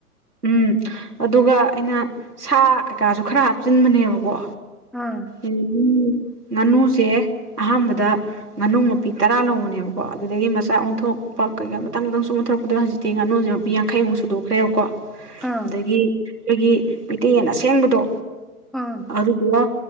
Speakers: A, on the right (about 90°); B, in the centre.
A: ꯎꯝ ꯑꯗꯨꯒ ꯑꯩꯅ ꯁꯥ ꯀꯩꯀꯥꯁꯨ ꯈꯔ ꯍꯥꯞꯆꯤꯟꯕꯅꯦꯕꯀꯣ
B: ꯑꯥ
A: ꯏꯟ <unintelligible> ꯉꯥꯅꯨꯁꯦ ꯑꯍꯥꯟꯕꯗ ꯉꯥꯅꯨ ꯃꯄꯤ ꯇꯔꯥ ꯂꯧꯕꯅꯦꯕꯀꯣ ꯑꯗꯨꯗꯢ ꯃꯆꯥ ꯑꯣꯟꯊꯣꯛꯄ ꯀꯩꯀꯥ ꯃꯊꯪ ꯃꯊꯪꯁꯨꯝ ꯑꯣꯟꯊꯣꯔꯛꯄꯗ ꯍꯧꯖꯤꯛꯇꯤ ꯉꯥꯅꯨꯁꯦ ꯃꯄꯤ ꯌꯥꯡꯈꯩꯃꯨꯛ ꯁꯨꯗꯣꯛꯈ꯭ꯔꯦꯕꯀꯣ ꯑꯗꯒꯤ
B: ꯑꯥ
A: ꯈꯩꯒꯤ ꯃꯩꯇꯩꯌꯦꯟ ꯑꯁꯦꯡꯕꯗꯣ
B: ꯑꯥ
A: ꯑꯗꯨꯗꯨꯑ